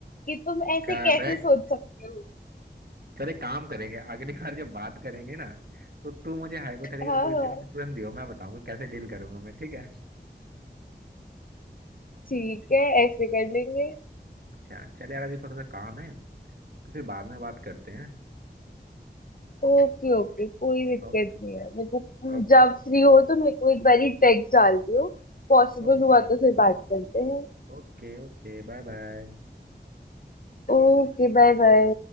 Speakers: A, on the left; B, on the right.
A: कि तुम ऐसे
B: करेक्ट
A: कैसे सोच सकते हो
B: चल एक काम करेंगे अगली <laughs> बार जब बात करेंगे ना तो तू मुझे हाइपोथेटिकल
A: हाँ
B: कोई सी
A: हाँ
B: सिचुएशन दियो मैं बताऊंगा कैसे डील करूंगा मैं ठीक है
A: ठीक है ऐसे कर लेंगे
B: अच्छा चल यार अभी थोड़ा सा काम है तो फिर बाद में बात करते हैं
A: ओके ओके कोई दिक्कत
B: Okay
A: नहीं है मेरे को
B: Okay
A: जब फ्री हो तो मेरे को एक बारी टेक्स्ट डाल दियो पॉसिबल
B: Okay
A: हुआ तो फिर बात करते हैं
B: okay okay bye bye
A: Okay bye bye